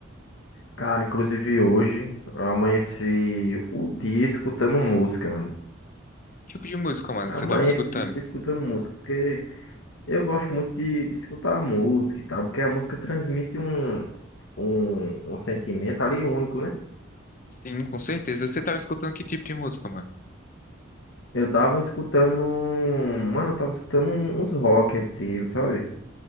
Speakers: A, on the left; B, on the left.
A: Cara, inclusive hoje eu amanheci o dia escutando música, mano.
B: Que tipo de música, mano,
A: Amanheci
B: você tava escutando?
A: o dia escutando música, porque eu gosto muito de, de escutar a música e tal, porque a música transmite um, um, um sentimento ali único, né?
B: Sim, com certeza. Você tava escutando que tipo de música, mano?
A: Eu tava escutando, um- mano, eu tava escutando um- uns rock antigos, sabe?